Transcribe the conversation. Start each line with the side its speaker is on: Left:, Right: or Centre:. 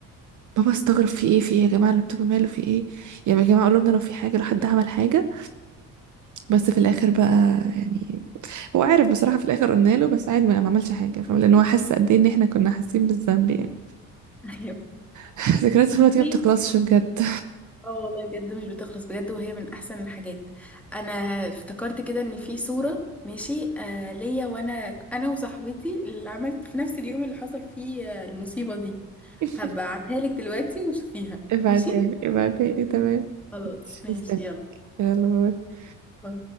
Right: بابا استغرب في ايه في ايه يا جماعة اللابتوب ماله في ايه يعني يا جماعة قالوا لنا لو في حاجة لو حد عمل حاجة بس في الآخر بقى يعني هو عارف بصراحة في الآخر قلنا له بس عادي ما ما عملش حاجة فاهم لأن هو حس قد ايه إن احنا كنا حاسين بالذنب يعني
Centre: ايوه
Right: <laughs> ذكريات الطفولة
Centre: بصي
Right: دي ما بتخلصش بجد
Centre: اه والله بجد مش بتخلص بجد وهي من احسن الحاجات انا افتكرت كده ان في صورة ماشي آه ليا وانا انا وصاحبتي اللي عملت في نفس اليوم اللي حصل فيه آه، المصيبة دي
Right: <laughs>
Centre: هبعتها لك دلوقتي وشوفيها
Right: ابعتهالي
Centre: ماشي
Right: ابعتهالي تمام
Centre: خلاص
Right: مش
Centre: ماشي
Right: مستنية
Centre: يلا
Right: يلا باي.
Centre: باي.